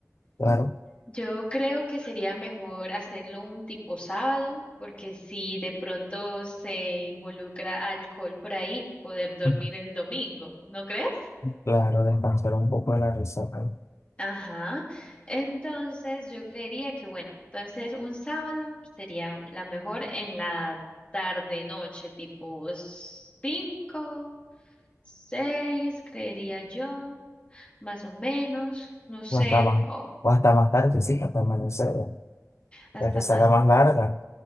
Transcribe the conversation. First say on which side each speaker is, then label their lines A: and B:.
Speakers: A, on the left; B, on the left.
A: Claro.
B: Yo creo que sería mejor hacerlo un tipo sábado, porque si de pronto se involucra alcohol por ahí, poder dormir
A: <laughs>
B: el domingo, ¿no crees?
A: Claro, descansar un poco de la resaca.
B: Ajá. Entonces yo creería que, bueno, entonces un sábado sería la mejor en la tarde noche, tipo cinco, seis, creería yo, más o menos, no sé,
A: O hasta más,
B: o
A: o hasta más tarde, sí, hasta amanecer,
B: hasta
A: ya que
B: más.
A: se haga más larga